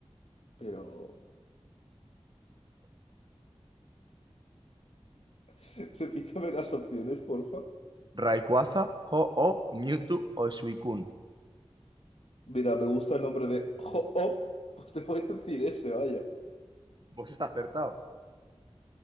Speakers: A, on the left (about 75°); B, on the right (about 45°).
A: Pero... <laughs> Repítame las opciones, porfa.
B: Rayquaza, Ho-Oh, Mewtwo o Suicune.
A: Mira, me gusta el nombre de Ho-Oh. Pues te voy a decir ese, vaya.
B: Pues has acertado.